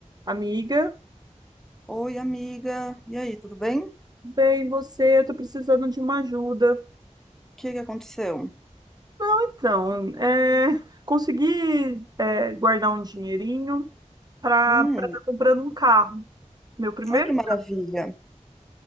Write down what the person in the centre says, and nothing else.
Oi, amiga. E aí, tudo bem? O
que que aconteceu?
Hum,
ai que maravilha.